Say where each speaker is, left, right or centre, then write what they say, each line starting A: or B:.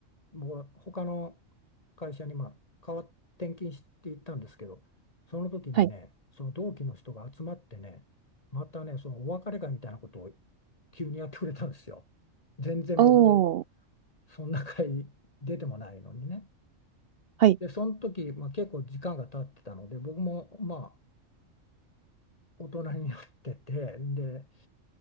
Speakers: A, on the left; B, on the right.
A: 僕は他の会社にまあ変わっ転勤していったんですけどその時にねその同期の人が集まってねまたねそのお別れ会みたいなことを
B: はい。
A: 急にやってくれたんですよ。全然僕
B: おー、
A: そんな会出てもないのにね。
B: はい、
A: で、その時、まあ、結構時間が経ってたので、僕もま大人になっててで、